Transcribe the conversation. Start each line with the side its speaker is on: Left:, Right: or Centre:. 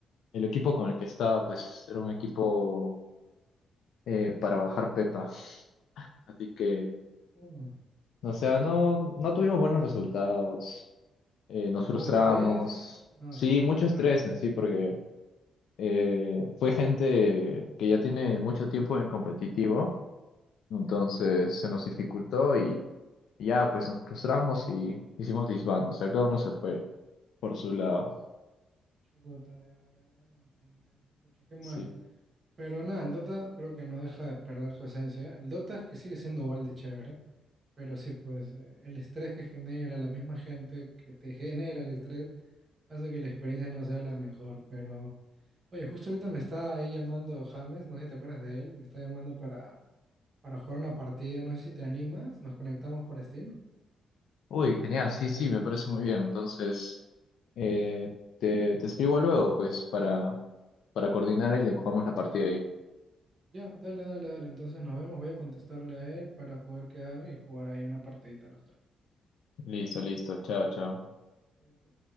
Left: el equipo con el que estaba, pues era un equipo eh, para bajar Pepa. Así que,
Right: Ah,
Left: o sea, no, no tuvimos buenos resultados, eh, nos
Right: pero
Left: frustramos.
Right: hubo estrés, ah,
Left: Sí,
Right: se frustraron.
Left: mucho estrés en sí, porque eh, fue gente que ya tiene mucho tiempo en el competitivo, entonces se nos dificultó Y ya, pues nos frustramos y hicimos disband, o sea, cada uno se fue por su lado.
Right: Chuta, ya, ya, ya me imagino. ya. Pucha, qué mal.
Left: Sí.
Right: Pero nada, el Dota creo que no deja de perder su esencia. El Dota es que sigue siendo igual de chévere, pero sí, pues eh, el estrés que genera la misma gente que te genera el estrés hace que la experiencia no sea la mejor. Pero, oye, justo ahorita me está ahí llamando James, no sé si te acuerdas de él, me está llamando para, para jugar una partida, no sé si te animas, nos conectamos por Steam.
Left: Uy, genial, sí, sí, me parece muy bien. Entonces, eh, te, te escribo luego, pues, para, para coordinar y le jugamos la partida ahí.
Right: Ya, dale, dale, dale, entonces nos vemos, voy a contestarle a él para poder quedar y jugar ahí una partidita los tres.
Left: Listo, listo, chao, chao.
Right: Cuídate.